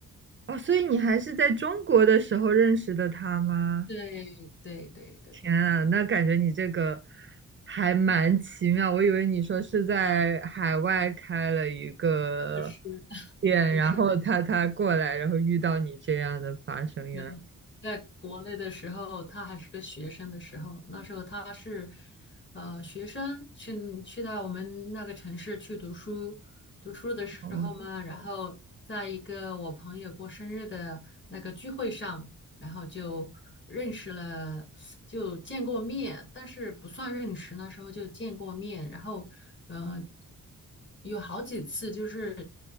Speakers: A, on the right (about 35°); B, on the left (about 35°).
A: 哦，所以你还是在中国的时候认识的他吗？
B: 对对对对，
A: 天啊，那感觉你这个还蛮奇妙。我以为你说是在海外开了一个
B: 是
A: 店，
B: 不是？
A: 然后他他过来，然后遇到你这样的发生，原来
B: 嗯，在国内的时候，他还是个学生的时候，那时候他是，呃，学生去去到我们那个城市去读书，读书的时候嘛，
A: 哦
B: 然后在一个我朋友过生日的那个聚会上，然后就认识了，就见过面，但是不算认识，那时候就见过面，然后，嗯、有好几次就是